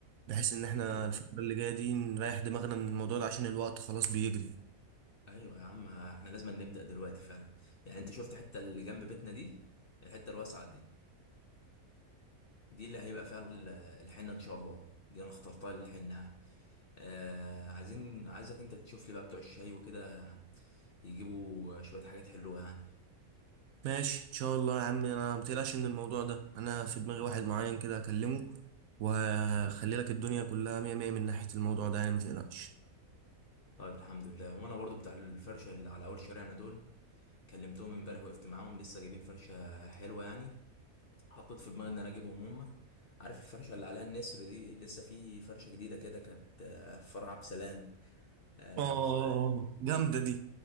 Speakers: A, on the right; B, on the left.
A: بحيث ان احنا
B: ايوه
A: الفتره اللي جايه دي نريح دماغنا من الموضوع ده عشان الوقت خلاص بيجري
B: ايوه يا عم احنا لازم نبدا دلوقتي فعلا يعني انت شفت الحته اللي جنب بيتنا دي الحته الواسعه دي دي اللي هيبقى فيها ال- الحنه ان شاء الله دي انا اخترتها للحنه يعني آه، عايزين عايزك انت تشوف لي بقى بتوع الشاي وكده يجيبوا شويه حاجات حلوه يعني
A: ماشي ان شاء الله يا عم انا متقلقش من الموضوع ده انا في دماغي واحد معين كده هكلمه وهخلي لك الدنيا كلها مية مية من ناحية الموضوع ده يعني متقلقش
B: طيب الحمد لله وانا برضو بتاع الفرشه اللي على اول شارعنا دول كلمتهم امبارح وقفت معاهم لسه جايبين فرشه حلوه يعني حطيت في دماغي ان انا اجيبهم هم عارف الفرشه اللي عليها النسر دي لسه في فرشه جديده كده كانت آه، في فرع بسلام اه
A: اه
B: الف-
A: جامدة دي